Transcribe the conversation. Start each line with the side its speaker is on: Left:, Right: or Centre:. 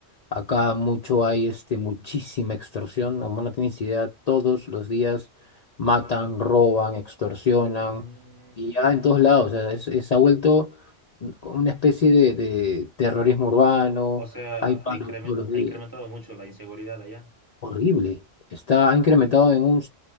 Left: Acá mucho hay este, muchísima extorsión, no, no tienes idea, todos los días matan, roban, extorsionan,
Right: Mm,
Left: y ya en todos lados, o sea, es- es- se ha vuelto mm, una especie de, de terrorismo urbano,
Right: o sea,
Left: hay paros
Right: ha, incremen-
Left: todos los días.
Right: ha incrementado mucho la inseguridad allá.
Left: Horrible. Está, ha incrementado en un